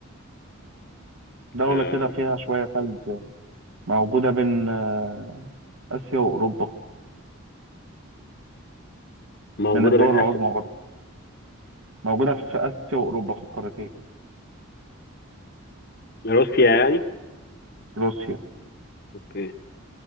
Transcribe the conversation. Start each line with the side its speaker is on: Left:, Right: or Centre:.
Right: دوله
Left: آه،
Right: كده فيها شويه ثلج موجوده بين آه، اسيا واوروبا
Left: موجودة
Right: من الدول
Left: بين آسيا
Right: العظمى برضه موجوده في اسيا واوروبا في القارتين
Left: روسيا يعني؟
Right: روسيا
Left: اوكي